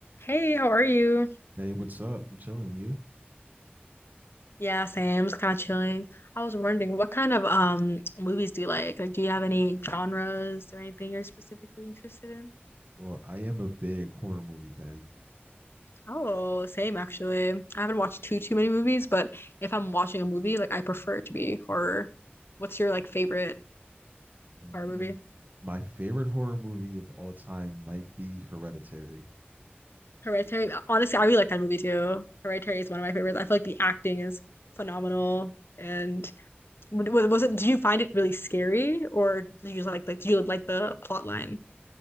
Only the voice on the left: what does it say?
Hey, how are you?
Yeah, same. Just kind of chilling. I was wondering, what kind of um movies do you like? Like, do you have any genres or anything you're specifically interested in?
Oh, same actually. I haven't watched too too many movies, but if I'm watching a movie, like I prefer it to be horror. What's your like favorite
horror movie?
Hereditary. uh, Honestly, I really like that movie too. Hereditary is one of my favorites. I feel like the acting is phenomenal. And w- w- was it? Did you find it really scary, or did you just like like did you like the plot line?